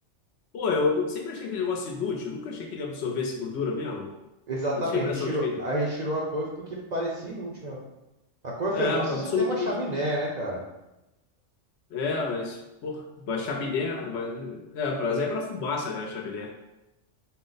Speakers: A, on the left; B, on the right.
A: Pô, eu nu- sempre achei aquele negócio inútil. Nunca achei que ele absorvesse gordura mesmo.
B: Exatamente,
A: Eu tinha a impressão
B: a gente tirou,
A: de que ele...
B: a gente tirou a couve porque parecia inútil mesmo. A coifa
A: É, é,
B: é bom se você
A: absolutamente.
B: tem uma chaminé, né, cara?
A: É, mas... Pô, a chaminé... mas- É, é, pra, é pra fumaça, né, a chaminé.